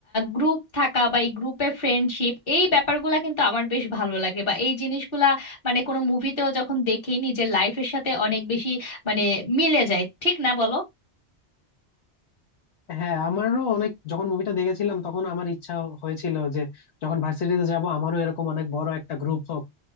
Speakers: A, on the left; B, on the left.
A: গ্রুপ থাকা বা এই গ্রুপে ফ্রেন্ডশিপ এই ব্যাপারগুলা কিন্তু আমার বেশ ভালো লাগে বা এই জিনিসগুলা মানে কোনো মুভিতেও যখন দেখি নিজের লাইফের সাথে অনেক বেশি মানে মিলে যায় ঠিক না বলো
B: হ্যাঁ আমারও অনেক যখন মুভিটা দেখেছিলাম তখন আমার ইচ্ছা হয়েছিল যে যখন ভার্সিটিতে যাব আমারও এরকম অনেক বড় একটা গ্রুপ হোক